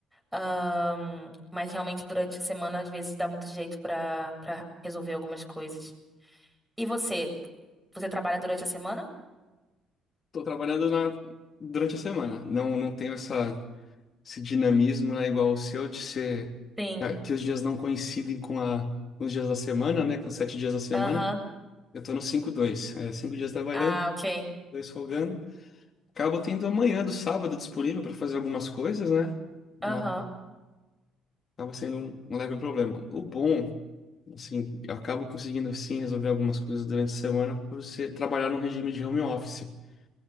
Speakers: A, in the centre; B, on the left (about 45°).
A: ahn, mas realmente durante a semana às vezes dá muito jeito pra para resolver algumas coisas. E você? Você trabalha durante a semana?
B: Tô trabalhando na durante a semana. Não, não tenho essa esse dinamismo, né, igual o seu de ser
A: Sim.
B: é, que os dias não coincidem com a com os dias da semana, né? Com os sete dias da semana.
A: Aham.
B: Eu tô no cinco dois é, cinco dias trabalhando,
A: Ah, ok.
B: dois folgando. Acabo tendo a manhã do sábado disponível para fazer algumas coisas, né? Mas
A: Aham.
B: acaba sendo um um leve problema. O bom, assim, eu acabo conseguindo sim resolver algumas coisas durante a semana por ser trabalhar num regime de home office. né? <laughs>